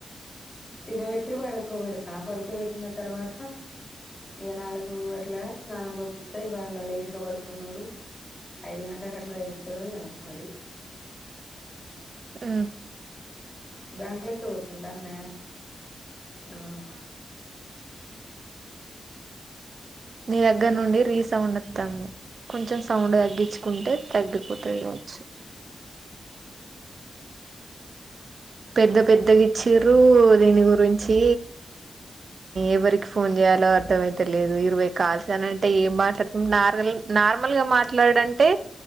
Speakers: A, on the left (about 15°); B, on the right (about 45°).
A: తినబెట్టి పడుకోబెడతా పడుకోబెట్టిన తర్వాత ఇక నాలుగు గట్ల స్నానం పపిస్తా ఇవాళ లేట్గా పడుకున్నాడు ఐదు గంటలలకు అట్లా వేస్తాడు మరి
B: ఆ
A: బ్యాంక్ లోక పోతుడా అన్నయ ఆ
B: నీ దగ్గర నుండి రీసౌండ్ వస్తాను కొంచెం సౌండ్ తగ్గించుకుంటే తగ్గిపోతుంది కావచ్చు పెద్ద పెద్దగా ఇచ్చర దీని గురించి ఎవరికి ఫోన్ చేయాలో అర్థ అయితే లేదు ఇరవై కాల్స అనంటే ఏం మాట్లాడుతాం నార్మల్ నార్మల్గా మాట్లాడంటే